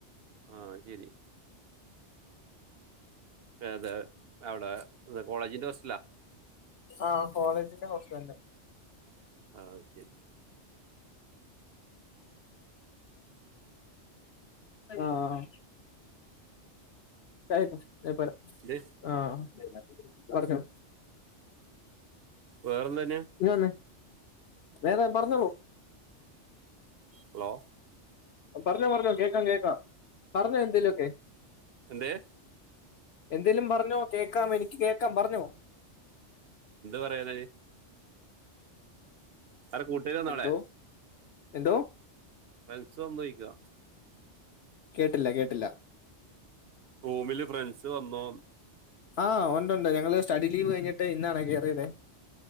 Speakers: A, on the right (about 60°); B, on the left (about 65°).
A: ആഹ് ശരി ഏതാ അവിടെ കോളേജിന്റെ ഹോസ്റ്റലിലാ
B: ആഹ് കോളജിന്റെ ഹോസ്റ്റലന്നെ
A: ആഹ് ശെരി
B: ആഹ് ചായയിട്ടോ ഏ പറ
A: ഇത്
B: ആഹ് പറഞ്ഞോ
A: വേറെ എന്തന്നെയാ
B: ഇങ്ങുവന്നെ വേറെ പറഞ്ഞോളു
A: ഹലോ
B: പറഞ്ഞോ പറഞ്ഞോ കേക്കാം കേക്കാം പറഞ്ഞോ എന്തേലുമൊക്കെ
A: എന്തേ
B: എന്തേലും പറഞ്ഞോ കേക്കാം എനിക്ക് കേക്കാം പറഞ്ഞോ
A: പറയുന്നത് ആരെ കൂട്ടുകാർ വന്നോ
B: എന്തോ
A: അവിടെ
B: എന്തോ
A: ഫ്രണ്ട്സ് സമ്മയിക്കുക
B: കേട്ടില്ല കേട്ടില്ല
A: റൂമില് ഫ്രണ്ട്സ് വന്നോന്ന്
B: ആഹ് ഒണ്ടൊണ്ട്. ഞങ്ങള് സ്റ്റഡി ലീവ് കഴിഞ്ഞിട്ട് ഇന്നാണേ കേറിയതേ